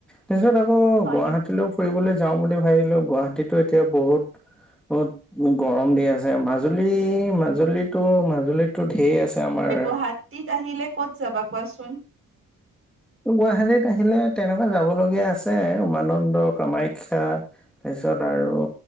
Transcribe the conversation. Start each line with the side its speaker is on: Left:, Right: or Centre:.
Centre: তাৰপিছত আকৌ
Right: হয়
Centre: গুৱাহাটীলৈ
Right: নেকি?
Centre: ফুৰিবলৈ যাওঁ বুলি ভাবিলো গুৱাহাটীতো এতিয়া বহুত উত গৰম দি আছে মাজুলী মাজুলীতটো মাজুলীতো ঢেৰ আছে আমাৰ
Right: তুমি গুৱাহাটীত আহিলে ক'ত যাবা কোৱাচোন
Centre: গুৱাহাটীত আহিলে তেনেকুৱা যাবলগীয়া আছে উমানন্দ কামাখ্যা তাৰপিছত আৰু